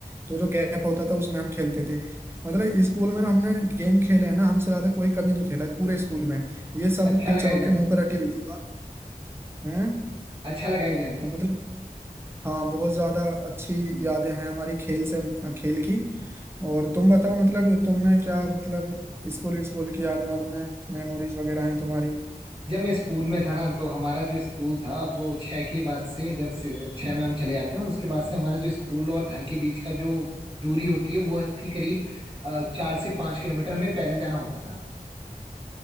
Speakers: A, on the right; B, on the right.
A: तो जो गैप होता था उसमें हम खेलते थे मतलब स्कूल में हमने गेम खेले हैं ना हमसे ज्यादा कोई कभी नहीं खेला है पूरे स्कूल में ये सब
B: अच्छा
A: टीचरों
B: लगा है जान
A: के मुंह पर रटी हुई थी बात है
B: अच्छा लगा है जान
A: मतलब हाँ बहुत ज्यादा अच्छी यादें हैं हमारी खेल से खेल की और तुम बताओ मतलब तुमने क्या मतलब स्कूल स्कूल की यादें और में मेमोरीज वगैरह हैं तुम्हारी
B: जब मैं स्कूल में था ना तो हमारा जो स्कूल था वो छः के बाद से जब से छः में हम चले जाते हैं उसके बाद से हमारा जो स्कूल और घर के बीच का जो दूरी होती है वो थी करीब अ, चार से पाँच किलोमीटर हमें पैदल जाना होता था